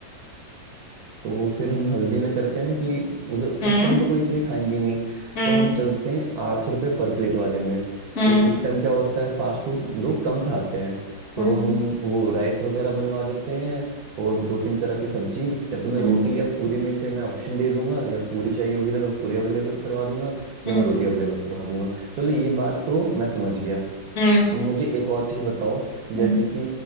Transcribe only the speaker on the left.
हम्म
हम्म
हम्म
हम्म
हम्म
हम्म
हम्म
हम्म,